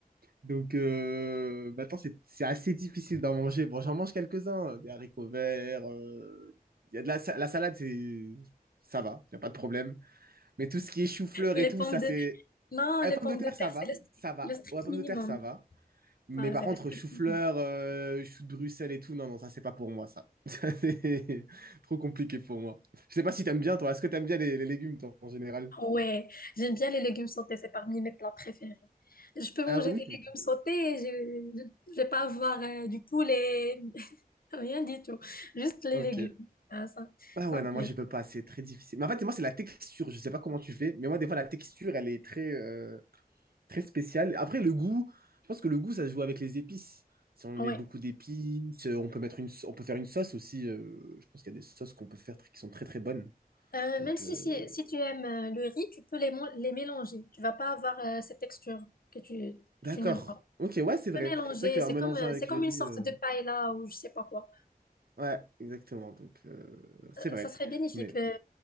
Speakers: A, on the right; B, on the left.
A: Donc, euh, maintenant, c'est c'est assez difficile d'en manger. Bon, j'en mange quelques-uns, euh, des haricots verts. euh, Il y a de la, sa- la salade, c'est... Ça va, il n'y a pas de problème. Mais tout ce qui est chou-fleur
B: Les
A: et tout,
B: pommes
A: ça,
B: de...
A: c'est...
B: Non,
A: La
B: les
A: pomme
B: pommes
A: de terre,
B: de terre,
A: ça va.
B: c'est le, stri-
A: Ça va.
B: le strict
A: Ouais, pomme
B: minimum.
A: de terre, ça va. Mais
B: Ah,
A: par
B: c'est
A: contre,
B: le strict
A: chou-fleur,
B: minimum.
A: euh, chou de Bruxelles et tout, non, non, ça, c'est pas pour moi, ça. <laughs> Ça, c'est trop compliqué pour moi. Je sais pas si t'aimes bien, toi. Est-ce que t'aimes bien les, les légumes, toi, en général?
B: Ouais, j'aime bien les légumes sautés, c'est parmi mes plats préférés. Je peux manger
A: Ah oui?
B: des
A: Ok.
B: légumes sautés, je je vais pas avoir euh, du poulet, <laughs> rien du tout. Juste les
A: Ok.
B: légumes. Ah, ça,
A: Ah
B: ça
A: ouais,
B: me
A: non,
B: plaît.
A: moi, je peux pas. C'est très difficile. Mais en fait, moi, c'est la texture. Je sais pas comment tu fais, mais moi, des fois, la texture, elle est très, euh, très spéciale. Après, le goût, je pense que le goût, ça se joue avec les épices. Si on
B: Ouais.
A: met beaucoup d'épices, euh, on peut mettre une, on peut faire une sauce aussi. euh, je pense qu'il y a des sauces qu'on peut faire tr- qui sont très, très bonnes.
B: Euh,
A: Donc,
B: même si,
A: euh,
B: si, si tu aimes euh, le riz, tu peux les, mon- les mélanger. Tu vas pas avoir euh, cette texture que tu, que
A: D'accord.
B: tu n'aimes pas.
A: Ok, ouais, c'est vrai.
B: Tu peux mélanger,
A: C'est vrai
B: c'est
A: qu'en mélangeant
B: comme, euh,
A: avec
B: c'est comme
A: le riz,
B: une sorte
A: euh,
B: de paella ou je sais pas quoi.
A: ouais, exactement. Donc, euh, c'est
B: Euh,
A: vrai.
B: Ça serait bénéfique,
A: Mais
B: euh,